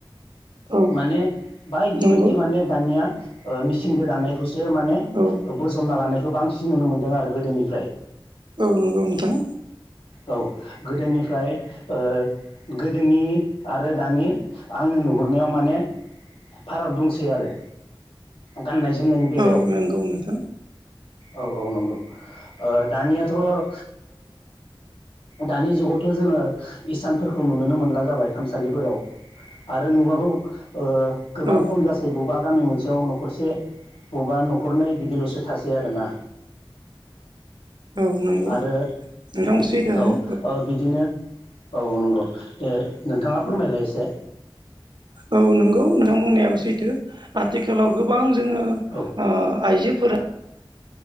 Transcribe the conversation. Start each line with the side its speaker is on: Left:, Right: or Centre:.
Right: औ
Left: माने बायदि
Right: नंगौ
Left: बायदि माने दानिया ओ मेसिनजों दानाय सो माने
Right: औ
Left: बोजबना लानायखौ बांसिन नुनो मोन्दों आरो गोदोनिफ्राय
Right: औ नंगौ नोंथां।
Left: औ गोदोनिफ्राय ओ गोदोनि आरो दानि आं नुहरनायाव माने फाराग दंसै आरो गाननाय जोमनाय बेलायाव
Right: औ नंगौ नोंथां
Left: औ औ नंगौ ओ दानियाथ' ओ दानि जुगावथ' जोङो इसानफोरखौ नुुनोनो मोनला जाबाय खामसालिफोराव आरो नुबाबो ओ गोबां
Right: औ
Left: खम जासै बबेबा गामि मोनसेयाव न'खरसे बबेबा न'खर नै बिदिल'सो थासै आरोना।
Right: औ नंगौ
Left: आरो
Right: नोंथां सैथोआनो
Left: औ औ बिदिनो औ नंगौ दे नोंथाङा फोरमायलाय एसे
Right: औ नंगौ नोंथां बुंनायाबो सैथो आथिखालाव गोबां जोङो
Left: औ
Right: आइजोफोरा